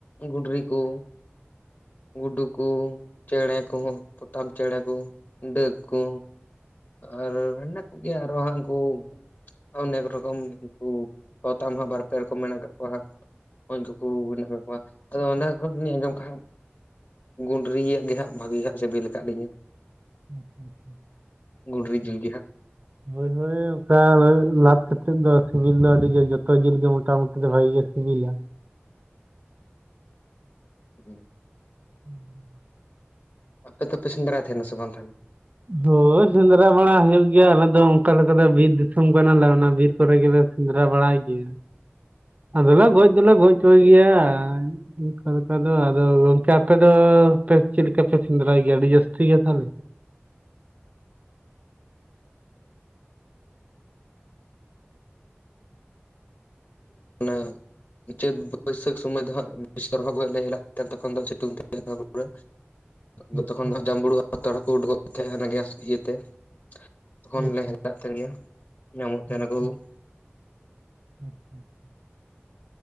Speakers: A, on the left (about 55°); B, on the right (about 35°).
A: ᱜᱩᱰᱨᱤ ᱠᱚ, ᱜᱩᱰᱩ ᱠᱚ ᱪᱮᱬᱮ ᱠᱚᱦᱚᱸ, ᱰᱟᱵ ᱪᱮᱬᱮ ᱠᱚ, ᱰᱟᱹᱠ ᱠᱚ, ᱟᱨ ᱦᱮᱱᱟᱜ ᱜᱮᱭᱟ ᱟᱨ ᱦᱟᱝ ᱠᱩ ᱚᱱᱮᱠ ᱨᱚᱠᱚᱢ ᱠᱩ ᱯᱚᱛᱟᱢ ᱦᱚᱸ ᱵᱟᱨᱯᱮ ᱨᱚᱠᱚᱢ ᱢᱮᱱᱟᱜ ᱠᱟᱜ ᱠᱚᱣᱟ ᱦᱟᱸᱜ᱾ ᱵᱷᱚᱧᱡ ᱠᱩ ᱠᱚᱜ ᱠᱚᱣᱟ ᱛᱚ ᱚᱱᱟ ᱠᱚ ᱨᱤᱱᱤᱡ ᱱᱚᱝᱠᱟ ᱜᱩᱱᱰᱨᱤ ᱭᱟᱜ ᱛᱮ ᱦᱟᱸᱜ ᱵᱷᱟᱹᱜᱮ ᱦᱟᱸᱜ ᱥᱤᱵᱤᱞ ᱟᱠᱟᱜ ᱞᱤᱧᱟᱹ᱾
B: <inaudible>
A: ᱜᱩᱰᱨᱤ ᱡᱤᱞ ᱜᱮ ᱦᱟᱸᱜ᱾
B: ᱦᱳᱭ ᱦᱳᱭ ᱚᱱᱠᱟ ᱞᱟᱭ ᱞᱟᱫ ᱠᱟᱛᱮᱫ ᱫᱚ ᱟᱨ ᱥᱤᱵᱤᱞ ᱫᱚ ᱟᱹᱰᱤ ᱜᱮ ᱡᱚᱛᱚ ᱡᱤᱞ ᱜᱮ ᱢᱚᱴᱟᱢᱩᱴᱤ ᱫᱚ ᱵᱷᱟᱜᱤ ᱜᱮ ᱥᱤᱵᱤᱞᱟ᱾
A: <inaudible>
B: <inaudible>
A: ᱟᱯᱮ ᱫᱚᱯᱮ ᱥᱮᱱᱫᱽᱨᱟᱭ ᱛᱮᱦᱮᱱᱟ ᱥᱮ ᱵᱟᱝᱟ?
B: ᱦᱳᱭ ᱥᱮᱸᱫᱽᱨᱟ ᱵᱟᱲᱟ ᱦᱩᱭᱩᱜ ᱜᱮᱭᱟ ᱟᱞᱮ ᱫᱚ ᱚᱱᱠᱟ ᱞᱮᱠᱟ ᱫᱚ ᱵᱤᱨ ᱫᱤᱥᱚᱢ ᱠᱟᱱᱟᱞᱮ ᱚᱱᱟ ᱵᱤᱨ ᱠᱚᱨᱮ ᱜᱮᱞᱮ ᱥᱮᱫᱨᱟ ᱵᱟᱲᱟᱭ ᱜᱮᱭᱟ᱾ ᱟᱫᱚᱞᱮ ᱜᱚᱡ ᱫᱚᱞᱮ ᱜᱚᱡ ᱠᱚᱜᱮᱭᱟ ᱜᱮᱭᱟ᱾ ᱟᱫᱚ ᱟᱫᱚ ᱜᱚᱝᱠᱮ ᱟᱯᱮ ᱫᱚ ᱯᱮ ᱪᱮᱜ ᱞᱮᱠᱟ ᱯᱮ ᱥᱮᱸᱫᱽᱨᱟᱭ ᱜᱮᱭᱟ ᱟᱹᱰᱤ ᱡᱟᱹᱥᱛᱤ ᱜᱮᱛᱚ
A: ᱚᱱᱟ ᱪᱟᱹᱫ ᱵᱟᱹᱭᱥᱟᱹᱠᱷ ᱥᱚᱢᱚᱭ ᱫᱚ ᱦᱟᱸᱜ ᱥᱚᱨᱦᱚ ᱜᱚᱡ ᱞᱮ ᱦᱮᱞᱟᱜ ᱛᱮ ᱛᱚᱠᱷᱚᱱ ᱫᱚ ᱥᱤᱛᱩᱝ ᱛᱤ ᱛᱟᱨᱯᱮ ᱛᱚᱛᱚ
B: ᱟᱪᱪᱷᱟ
A: ᱠᱷᱚᱱ ᱫᱚ ᱦᱟᱸᱜ ᱡᱟᱸᱵᱲᱩ ᱟᱨ ᱨᱚᱲ ᱠᱚ ᱩᱰᱩᱠᱚᱜ ᱛᱟᱦᱮᱸ ᱦᱟᱱᱟ ᱜᱮᱥ ᱤᱭᱟᱹᱛᱮ᱾ ᱛᱚᱠᱷᱚᱱ
B: ᱟᱪᱪᱷᱟ
A: ᱞᱮ ᱦᱮᱞᱮᱜ ᱛᱟᱦᱮᱱ ᱜᱮᱭᱟ ᱧᱟᱢᱚᱜ ᱛᱮᱦᱮᱱᱟᱠᱩ᱾
B: ᱟᱪᱪᱷᱟ <inaudible>